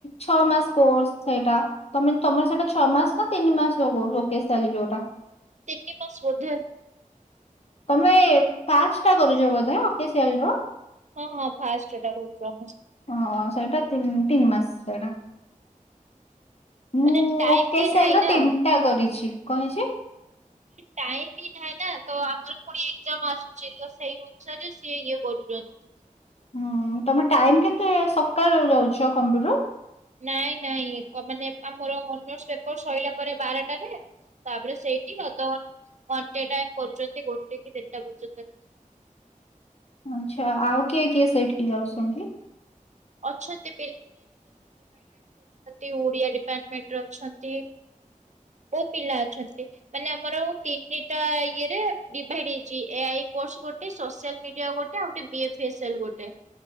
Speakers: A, on the left; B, on the right.
A: ଛଅ ମାସ୍ କୋର୍ସ ସେଇଟା ତମେ ତମର ସେଇଟା ଛଅମାସ ନା ତିନିମାସ ଲଗୁଅ <unintelligible> ଯୋଉଟା?
B: ତିନି ମାସ୍ ବୋଧେ।
A: ତମେ ଫାଷ୍ଟଟା କରୁଚ ବୋଧେ ଅକେସିଆଲର।
B: ହଁ ହଁ ଫାଷ୍ଟ ଏଟା କହୁଛୁ ଆମେ
A: ହଁ ସେଇଟା ତିନ-ତିନ ମାସ୍ ସେଇଟା। ମୁଁ
B: ମାନେ ଟାଇମ
A: ଓକେସେଲର
B: ବି ନାହିଁ ନା।
A: ତିନଟା କରିଛି, କଣ ହେଇଛି?
B: ଟାଇମ ବି ନାହିଁ ନା ତ ଆମର ପୁଣି ଏଗଜାମ୍ ଆସୁଚି ତ ସେଇ ଅନୁସାରେ ସିଏ ଇଏ କରୁଚନ୍ତି।
A: ହୁଁ ତମେ ଟାଇମ୍ କେତେ ସକାଳୁ ଯାଉଛ କମ୍ପଟର?
B: ନାଇଁ ନାଇଁ କ-ମାନେ ଆମର ଅନର୍ସ୍ ପେପର ସଇଲା ପରେ ବାରଟାରେ ତାପରେ ସେଇଠି ଅଧ ଘ-ଘଣ୍ଟେ ଟାଇମ୍ କରୁଚନ୍ତି ଗୋଟେ କି ଦେଢଟା ପର୍ଯ୍ୟନ୍ତ।
A: ଆଛା ଆଉ କିଏ କିଏ ସେଇଠିକି ଯାଉଛନ୍ତି।
B: ଅଛନ୍ତି ଏଇ ଓଡିଆ ଡିପାର୍ଟମେଣ୍ଟର ଅଛନ୍ତି। ବୋହୁତ ପିଲା ଅଛନ୍ତି ମାନେ ଆମର ତିନିଟା ଇଏରେ ଡିଭାଇଡ୍ ହେଇଚି ଏ ଆଇ କୋ କୋର୍ସ୍ ଗୋଟେ, ସୋସିଆଲ ମିଡିଆ ଗୋଟେ, ଆଉ ଗଟେ ବିଏଫେସାଲ୍ ଗୋଟେ।